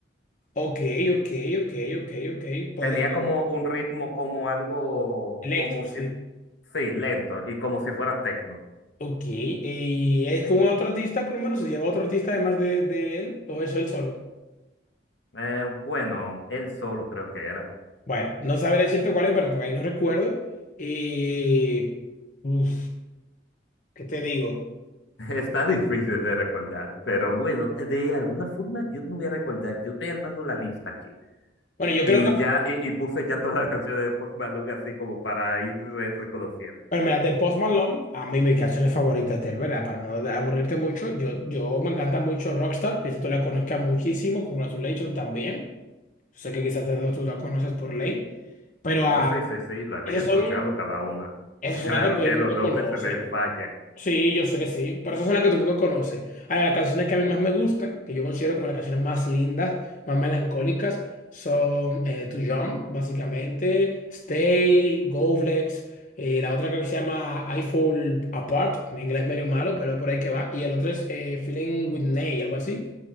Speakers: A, on the left; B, on the left.
A: Ok, ok, ok, ok, ok, puede
B: Tenía
A: ser.
B: como un ritmo como algo,
A: Electro,
B: como si,
A: sí.
B: sí, lento y como si fuera techno.
A: Ok, ¿y es con otro artista por lo menos? ¿Se lleva otro artista además de, de él o eso él solo?
B: Eh, bueno, él solo creo que era.
A: Bueno, no sabré decirte cuál es, pero porque ahí no recuerdo. Y. Uf, ¿qué te digo?
B: <laughs> Está difícil de recordar, pero bueno, de alguna forma yo no voy a recordar. Yo estoy armando la lista aquí
A: Bueno, yo
B: y
A: creo que.
B: ya y, y puse ya todas las canciones de Post Malone así como para ir re- reconociendo.
A: Bueno, mira, de Post Malone, a mí mis canciones favoritas de él, ¿verdad? Para no aburrirte mucho, yo, yo me encanta mucho Rockstar, quizás tú la conozcas muchísimo, Congratulations también. Yo sé que quizás te- tú la conoces por ley, pero ah,
B: Oh, sí, sí, sí, lo había
A: esas
B: escuchado
A: son,
B: cada una.
A: esas
B: <laughs>
A: son
B: Claro
A: las que todo
B: que
A: el
B: los
A: mundo
B: nombres
A: conoce.
B: se me fallan.
A: Sí, yo sé que sí, pero esas son las que todo el mundo conoce. Ahora, las canciones que a mí más me gustan, que yo considero como las canciones más lindas, más melancólicas, son eh, To Jump, básicamente, Stay, Go Flex, eh, la otra creo que se llama I Fall Apart, mi inglés medio malo, pero por ahí que va, y el otro es eh, Feeling With Ney, algo así